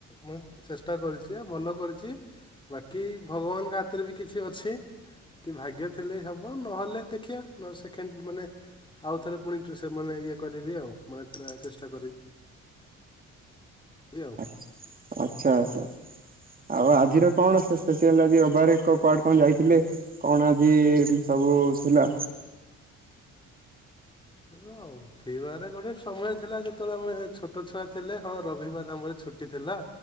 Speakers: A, on the left (about 15°); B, on the right (about 30°).
A: ମୁ ଚେଷ୍ଟା କରିଛି ଭଲ କରିଛି ବାକି ଭଗବାନଙ୍କ ହାତରେ ବି କିଛି ଅଛି। ଭାଗ୍ୟ ରେ ଥିଲେ ହେବ ନହେଲେ ଦେଖିବା। ସେକେଣ୍ଡ ମାନେ ଆଉଥରେ ପୁଣି ଠୁ ସେମାନେ ଇଏ କରିବି ଆଉ ମାନେ ଚେଷ୍ଟା କରିବି। ହେଲୋ।
B: ଆଛା ଆଛା ଆଉ ଆ- ଆଜିର କଣ ସ୍ପେସିଆଲ ରବିବାର କୁଆଡେ କଣ ଯାଇଥିଲେ କଣ ଆଜି ସବୁ ଥିଲା।
A: ରବିବାର ଗୋଟେ ସମୟ ଥିଲା ଯେତେବେଳେ ଆମେ ଛୋଟ ଛୁଆ ଥିଲେ ହଁ ରବିବାର ଆମର ଛୁଟି ଥିଲା